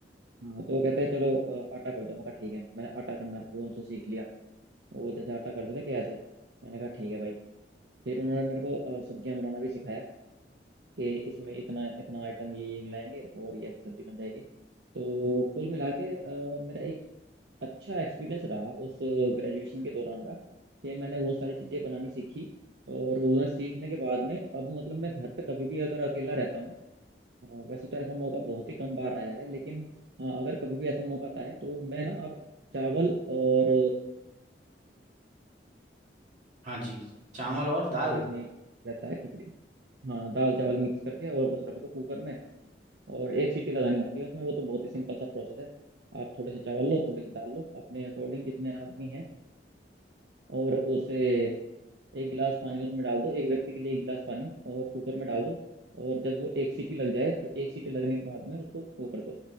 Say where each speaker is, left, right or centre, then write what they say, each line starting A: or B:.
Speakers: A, on the right; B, on the right.
A: हाँ तो वो कहते हैं चलो अ, आटा कर दो मैं कहा ठीक है मैंने आटा करना भी उनसे सीख लिया वो जैसे आटा करते थे कैसे मैंने कहा ठीक है भाई फिर उन्होंने मेरे को अ, सब्जियां बनाना भी सिखाया कि इसमें इतना इतना आइटम ये ये मिलाएंगे और ये ऐसी सब्जी बन जाएगी तो कुल मिला के अ, मेरा एक अच्छा एक्सपीरियंस रहा उस ग्रेजुएशन के दौरान का कि मैंने वो सारी चीज़ें बनानी सीखी और वो सीखने के बाद में अब मतलब मैं घर पे कभी भी अगर अकेला रहता हूँ अ, वैसे तो ऐसा मौका बहुत ही कम बार आया है लेकिन हाँ अगर कभी भी ऐसा मौका आता है तो मैं ना अब चावल और
B: हाँ जी चावल और दाल
A: टाइप में रहता है खिचड़ी हाँ दाल चावल मिक्स करके और बस रख दो कुकर में और एक सीटी लगानी होती है उसमें वो तो बहुत ही सिंपल सा प्रोसेस है आप थोड़े से चावल लो थोड़ी सी दाल लो अपने अकॉर्डिंग जितने आदमी हैं और उसे एक गिलास पानी उसमें डाल दो एक व्यक्ति के लिए एक गिलास पानी और कुकर में डाल दो और जब वो एक सीटी लग जाए तो एक सीटी लगने के बाद में उसको वो कर दो